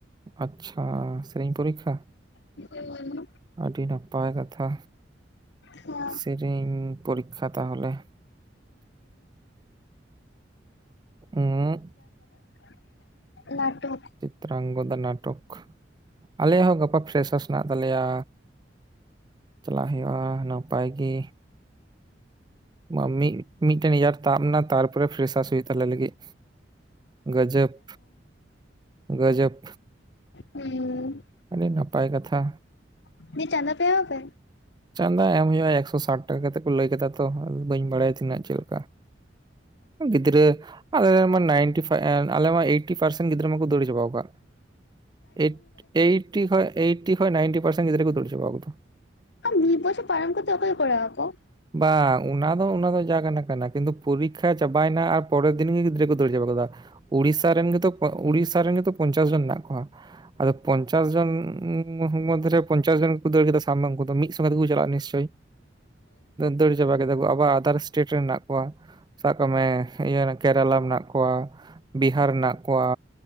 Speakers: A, on the right; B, on the left.
A: ᱟᱪᱷᱟ ᱥᱮᱨᱮᱧ ᱯᱚᱨᱤᱠᱠᱷᱟ
B: ᱦᱩᱸ
A: ᱟᱹᱰᱤ ᱱᱟᱯᱟᱭ ᱠᱟᱛᱷᱟ
B: ᱦᱩᱸ
A: ᱥᱮᱨᱤᱧ ᱯᱚᱨᱤᱠᱠᱷᱟ ᱛᱟᱦᱚᱞᱮ ᱩᱸᱜ
B: <unintelligible> ᱱᱟᱴᱚᱠ
A: ᱛᱨᱚᱝᱜᱚ ᱫᱚ ᱱᱟᱴᱚᱠ, ᱟᱞᱮᱭᱟᱜ ᱦᱚᱸ ᱜᱟᱯᱟ ᱯᱷᱨᱮᱥᱟᱥ ᱦᱮᱱᱟᱜ ᱛᱟᱞᱮᱭᱟ᱾ ᱪᱟᱞᱟᱜ ᱦᱩᱭᱩᱜᱼᱟ ᱱᱟᱯᱟᱭ ᱜᱮ ᱵᱟᱝ ᱢᱤᱫ ᱢᱤᱫᱴᱮᱱ ᱤᱭᱟᱨ ᱛᱟᱯ ᱱᱟ ᱛᱟᱨᱯᱚᱨᱮ ᱯᱷᱨᱮᱥᱟᱥ ᱦᱩᱭᱩᱜ ᱛᱟᱞᱮ ᱞᱟᱹᱜᱤᱫ ᱜᱟᱡᱟᱯ ᱜᱟᱡᱟᱯ
B: ᱦᱩᱸ
A: ᱟᱹᱰᱤ ᱱᱟᱯᱟᱭ ᱠᱟᱛᱷᱟ
B: <unintelligible> ᱪᱟᱸᱫᱟ ᱯᱮ ᱮᱢᱟ ᱯᱮ
A: ᱪᱟᱸᱫᱟ ᱮᱢ ᱦᱩᱭᱩᱜᱼᱟ ᱮᱠᱥᱚ ᱥᱟᱴ ᱴᱟᱠᱟ ᱠᱟᱛᱮᱫ ᱠᱚ ᱞᱟᱹᱭ ᱠᱮᱫᱟ ᱛᱚ ᱟᱫᱚ ᱵᱟᱹᱧ ᱵᱟᱲᱟᱭᱟ ᱛᱤᱱᱟᱹᱜ ᱪᱮᱫ ᱞᱮᱠᱟ᱾ ᱜᱤᱫᱽᱨᱟᱹ ᱟᱞᱮᱢᱟ ᱱᱟᱭᱤᱱᱴᱤ ᱟᱞᱮᱢᱟ ᱮᱭᱤᱴᱴᱤ ᱯᱟᱨᱥᱮᱱᱴ ᱜᱤᱫᱽᱨᱟᱹ ᱢᱟᱠᱚ ᱫᱟᱹᱲᱤ ᱪᱟᱵᱟ ᱠᱟᱜ᱾ ᱮᱭᱮᱴ, ᱮᱭᱮᱴᱴᱤ, ᱮᱭᱮᱴᱴᱤ ᱠᱷᱚᱱ ᱱᱟᱴᱤ ᱯᱟᱨᱥᱮᱱᱴ ᱜᱤᱫᱽᱨᱟᱹ ᱠᱚ ᱫᱟᱹᱲ ᱪᱟᱵᱟ ᱠᱟᱫᱟ᱾
B: ᱢᱤᱫ ᱵᱚᱪᱮ ᱯᱟᱨᱟᱢ ᱠᱚᱛᱮ ᱚᱠᱚᱭᱮ ᱠᱚᱨᱟᱣ ᱠᱚᱣᱟ
A: ᱵᱟᱝ ᱚᱱᱟ ᱫᱚ ᱚᱱᱟ ᱫᱚ ᱡᱟ ᱠᱟᱱᱟ ᱠᱟᱱᱟ ᱠᱤᱱᱛᱩ ᱯᱚᱨᱤᱠᱠᱷᱟ ᱪᱟᱵᱟᱭᱱᱟ ᱟᱨ ᱯᱚᱨᱮᱨ ᱫᱤᱱᱜ ᱜᱤᱫᱽᱨᱟᱹ ᱠᱚ ᱫᱟᱹᱲ ᱪᱟᱵᱟ ᱠᱮᱫᱟ᱾ ᱩᱲᱤᱥᱥᱟ ᱨᱮᱱ ᱜᱮᱛᱚ ᱩᱲᱤᱥᱥᱟ ᱨᱮᱱ ᱜᱮᱛᱚ ᱯᱚᱧᱪᱟᱥ ᱡᱚᱱ ᱢᱮᱱᱟᱜ ᱠᱚᱣᱟ᱾ ᱟᱫᱚ ᱯᱚᱧᱪᱟᱥ ᱡᱚᱱ ᱢᱩᱫᱽᱫᱷᱮᱨᱮ ᱯᱚᱧᱪᱟᱥ ᱡᱚᱱ ᱠᱚ ᱫᱟᱹᱲ ᱠᱮᱫᱟ, ᱥᱟᱵ ᱢᱮ ᱩᱱᱠᱩ ᱫᱚ ᱢᱤᱫ ᱥ ᱠᱚ ᱪᱟᱞᱟᱜᱼᱟ ᱱᱤᱥᱪ ᱫᱟᱹᱲ ᱪᱟᱵᱟ ᱠᱮᱫᱟ ᱠᱚ ᱟᱵᱟᱨ ᱟᱫᱟᱨ ᱮᱴᱮᱴ ᱨᱮ ᱢᱮᱱᱟᱜ ᱠᱚᱣᱟ ᱥᱟᱵ ᱠᱟᱜ ᱢᱮ ᱤᱭᱟᱹ ᱠᱮᱨᱟᱞᱟ ᱢᱮᱱᱟᱜ ᱠᱚᱣᱟ, ᱵᱤᱦᱟᱨ ᱢᱮᱱᱟᱜ ᱠᱚᱣᱟ,